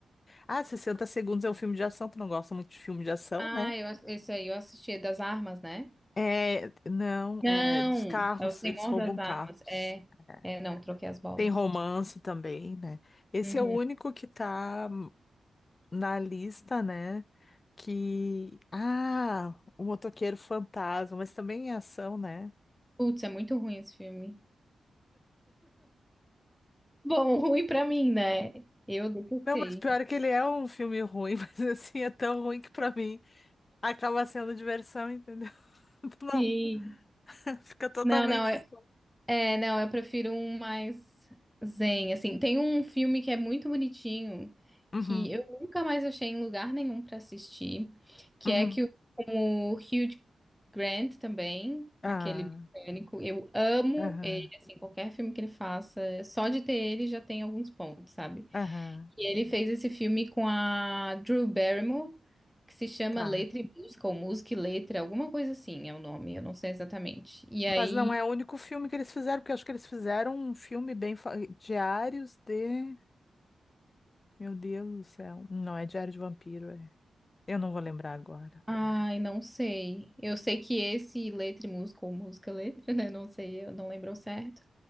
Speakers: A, on the left (about 25°); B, in the centre.
A: Ah, sessenta Segundos é um filme de ação, tu não gosta muito de filme de ação,
B: Ah,
A: né?
B: eu, ass- esse aí eu assisti, é das armas, né?
A: É, não,
B: Não,
A: é dos carros,
B: é o Senhor
A: eles roubam
B: das <laughs> Armas.
A: carros.
B: É,
A: É,
B: é, não, troquei as bolas.
A: Tem romance também, né? Esse
B: Uhum.
A: é o único que tá. na lista, né? Que. Ah, o Motoqueiro Fantasma, mas também é ação, né?
B: Putz, é muito ruim esse filme. Bom, <laughs> ruim pra mim, né? Eu detestei.
A: Não, mas pior é que ele é um filme ruim, <laughs> mas assim, é tão ruim que pra mim acaba sendo diversão, entendeu? <laughs> Não,
B: Sim.
A: <laughs> fica totalmente.
B: Não, não.
A: fora.
B: É, não, eu prefiro um mais zen, assim. Tem um filme que é muito bonitinho,
A: Uhum,
B: que eu nunca mais achei em lugar nenhum pra assistir, que
A: uhum.
B: é que o, com o Hugh Grant também,
A: Ah,
B: aquele britânico, eu amo
A: aham,
B: ele, assim, qualquer filme que ele faça, só de ter ele já tem alguns pontos, sabe?
A: aham,
B: E ele fez esse filme com a Drew Barrymore, que se chama
A: tá.
B: Letra e Música, ou Música e Letra, alguma coisa assim é o nome, eu não sei exatamente. E aí
A: Mas não é o único filme que eles fizeram, porque eu acho que eles fizeram um filme bem. fa- Diários de. Meu Deus do céu. Não é Diário de Vampiro, é. Eu não vou lembrar agora.
B: Ai, não sei. Eu sei que esse letra e música, ou música e letra, né? Não sei, eu não lembro ao certo.